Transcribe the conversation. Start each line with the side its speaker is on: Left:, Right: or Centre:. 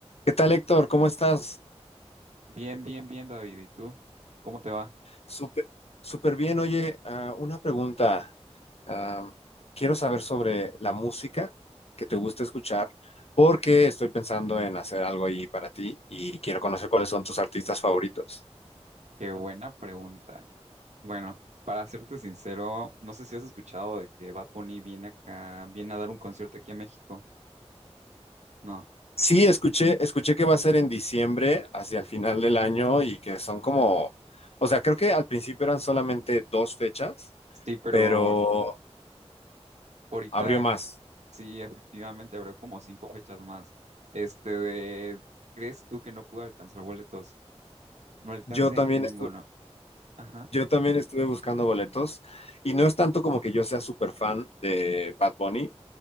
Left: ¿Qué tal, Héctor? ¿Cómo estás?
Right: Bien, bien, bien, David. ¿Y tú? ¿Cómo te va?
Left: Súper, súper bien. Oye, ah, una pregunta. Ah, quiero saber sobre la música que te gusta escuchar, porque estoy pensando en hacer algo ahí para ti y quiero conocer cuáles son tus artistas favoritos.
Right: Qué buena pregunta. Bueno, para serte sincero, no sé si has escuchado de que Bad Bunny viene acá, viene a dar un concierto aquí a México. No.
Left: Sí, escuché, escuché que va a ser en diciembre, hacia el final del año, y que son como, o sea, creo que al principio eran solamente dos fechas,
Right: Sí, pero
Left: pero
Right: ahorita
Left: abrió más.
Right: sí, efectivamente, abrió como cinco fechas más. Este de, ¿crees tú que no pude alcanzar boletos? No alcancé
Left: Yo también,
Right: ninguno.
Left: estu-
Right: Ajá.
Left: Yo también estuve buscando boletos y no es tanto como que yo sea súper fan de Bad Bunny,